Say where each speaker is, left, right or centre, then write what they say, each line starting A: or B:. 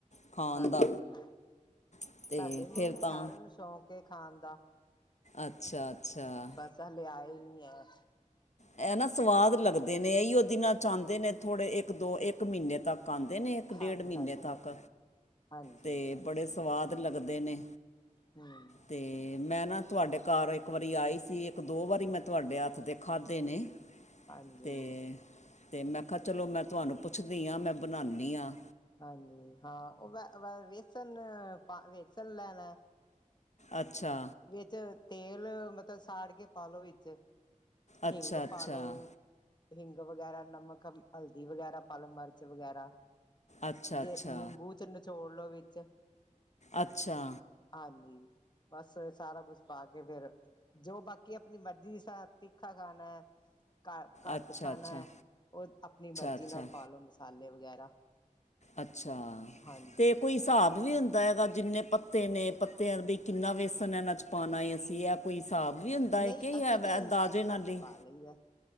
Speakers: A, on the left; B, on the left.
A: ਖਾਣ
B: ਹਾਂਜੀ
A: ਦਾ ਅਤੇ
B: ਸਾਡੇ ਨੂੰ
A: ਫਿਰ
B: ਵੀ
A: ਤਾਂ
B: ਸਾਰਿਆਂ ਨੂੰ ਸ਼ੌਕ ਕੇ ਖਾਣ ਦਾ
A: ਅੱਛਾ ਅੱਛਾ
B: ਬਸ ਹਲੇ ਆਏ ਨਈ ਐ।
A: ਐ ਨਾ ਸਵਾਦ ਲੱਗਦੇ ਨੇ ਇਹੀਉ ਦਿਨਾਂ ਆਂਦੇ ਨੇ ਥੋੜ੍ਹੇ ਇੱਕ ਦੋ ਇੱਕ ਮ੍ਹੀਨੇ ਤੱਕ ਆਂਦੇ ਨੇ ਇੱਕ ਡੇਢ
B: ਹਾਂਜੀ
A: ਮ੍ਹੀਨੇ
B: ਹਾਂਜੀ
A: ਤੱਕ
B: ਹਾਂਜੀ ਹਾਂਜੀ
A: ਤੇ ਬੜੇ ਸਵਾਦ ਲੱਗਦੇ ਨੇ
B: ਹਮ
A: ਤੇ ਤੇ ਮੈਂ ਨਾ ਤੁਹਾਡੇ ਘਰ ਇੱਕ ਵਾਰੀ ਆਈ ਸੀ ਇੱਕ ਦੋ ਵਾਰੀ ਮੈਂ ਤੁਹਾਡੇ ਹੱਥ ਦੇ ਖ ਖਾਧੇ ਨੇ
B: ਹਾਂਜੀ
A: ਤੇ ਤੇ ਮੈਂ ਕਿਆ ਚਲੋ ਮੈਂ ਤੁਹਾਨੂੰ ਪੁੱਛਦੀ ਹਾਂ ਮੈਂ ਬਣਾਣੀ ਆਂ।
B: ਹਾਂਜੀ ਹਾਂ ਓ ਵ ਵ ਵੇਸਣ-ਵੇਸਣ ਲੈਣਾ।
A: ਅੱਛਾ
B: ਵਿੱਚ ਤੇਲ ਮਤਲਬ ਸਾੜ ਕੇ ਪਾ ਲੋ ਵਿੱਚ
A: ਅੱਛਾ
B: ਹਿੰਗ
A: ਅੱਛਾ
B: ਪਾ ਲੋ। ਹਿੰਗ ਵਗੈਰਾ ਨਮਕ ਹਲਦੀ ਵਗੈਰਾ ਪਾ ਲੋ ਮਿਰਚ ਵਗੈਰਾ
A: ਅੱਛਾ
B: ਜੇ
A: ਅੱਛਾ
B: ਨਿੰਬੂ 'ਚ ਨਿਚੋੜ ਲੋ ਵਿੱਚ
A: ਅੱਛਾ
B: ਹਾਂਜੀ ਬਸ ਸਾਰਾ ਕੁਛ ਪਾ ਕੇ ਫਿਰ ਜੋ ਬਾਕੀ ਆਪਣੀ ਮਰਜ਼ੀ ਦੀ ਤਿੱਖਾ ਖਾਣਾ। ਘ ਘੱਟ
A: ਅੱਛਾ
B: ਖਾਣਾ
A: ਅੱਛਾ ਅੱਛਾ
B: ਓ ਆਪਣੀ ਮਰਜ਼ੀ
A: ਅੱਛਾ
B: ਨਾਲ ਪਾ ਲੋ ਮਸਾਲੇ ਵਗੈਰਾ
A: ਅੱਛਾ
B: ਹਾਂਜੀ।
A: ਤੇ ਕੋਈ ਹਿਸਾਬ ਵੀ ਹੁੰਦਾ ਐ ਦਾ। ਜਿੰਨੇ ਪੱਤੇ ਨੇ ਪੱਤਿਆਂ ਵੀ ਕਿੰਨਾ ਵੇਸਨ ਇਹਨਾਂ 'ਚ ਪਾਂਣਾ ਹੈ ਅਸੀਂ ਇਹ ਕੋਈ ਹਿਸਾਬ ਵੀ ਹੁੰਦਾ
B: ਨਹੀਂ
A: ਹੈ ਕਿ
B: ਅਸੀਂ
A: ਹੈ ਵ
B: ਤੇ ਅੰਦਾਜ਼ੇ
A: ਦਾਜੇ
B: ਨਾਲ
A: ਨਾਲੇ
B: ਹੀ
A: ਈ।
B: ਪਾ ਲਈਦਾ।